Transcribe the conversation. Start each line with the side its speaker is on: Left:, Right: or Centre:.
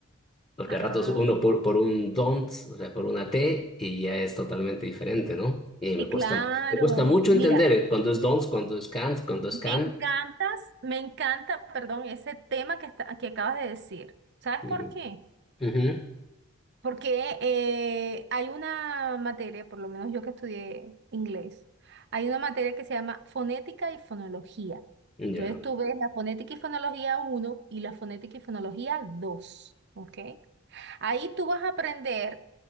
Left: Porque
Right: Ajá.
Left: a ratos uno por, por un don't, o sea, por una T, y ya es totalmente diferente, ¿no? Y
Right: Sí,
Left: me cuesta,
Right: claro.
Left: me cuesta mucho
Right: Mira,
Left: entender eh, cuando es don't, cuando es can't, cuando es
Right: me
Left: can.
Right: encantas, me encanta, perdón, ese tema que, está, que acabas de decir. ¿Sabes
Left: Ujú.
Right: por qué?
Left: Ujú.
Right: Porque eh, hay una materia, por lo menos yo que estudié inglés, hay una materia que se llama fonética y fonología.
Left: Ya.
Right: Entonces tú ves la fonética y fonología uno y la fonética y fonología 2, ¿ok? Ahí tú vas a aprender